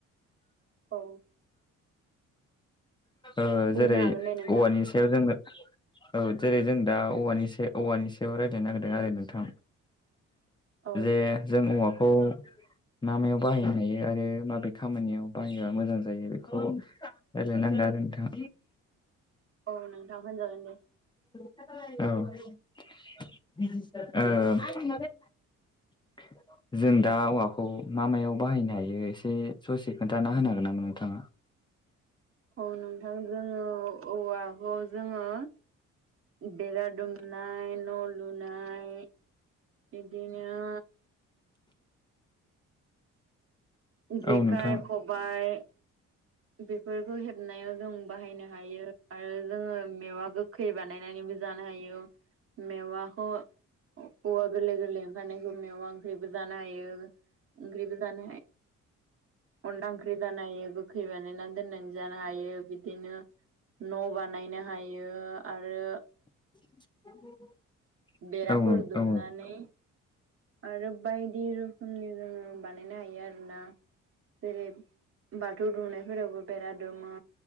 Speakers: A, on the right (about 45°); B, on the left (about 15°).
A: औ
B: ओ
A: बुंनो
B: जेरै
A: हागोन दे नोंथां
B: औवानि सा सायाव जोङो औ जेरै जों दा औवानि सा औवानि सायाव रायज्लायनो नागिरदों आरो नोंथां।
A: औ
B: जे जों औवाखौ मा मायाव बाहायनो हायो आरो माबे खामानियाव बाहायबा मोजां जायो बेखौ <unintelligible> आरो नोंथां।
A: औ नोंथां होनजागोन दे।
B: औ। ओ <unintelligible> जों दा औवाखौ मा मायाव बाहायनो हायो एसे ससे खोन्थाना होनो हागोन नामा नोंथाङा?
A: औ नोंथां जोङो औवाखौ जोङो बेरा दुमनाय न' लुनाय, बिदिनो जेखाय
B: औ नोंथां
A: खबाइ बेफोरखौ हेबनायाव जों बाहायनो हायो आरो जोङो मेवा गो खै बानायनानैबो जानो हायो। मेवाखौ ओ औ गोरलै गोरलै ओंखारनायखौ मेवा ओंख्रिबो जानो हायो। ओंख्रिबो जानो हाय, अनला ओंख्रि जानो हायो। खै बानायनानै दोननानै जानो हायो। बिदिनो न' बानायनो हायो आरो
B: <unintelligible>
A: बेराफोर
B: औ
A: दुमनानै
B: औ
A: आरो बायदि रोखोमनि जोङो बानायनो हायो आरोना। जेरै बाथौ दुमनायफोरावबो बेरा दुमो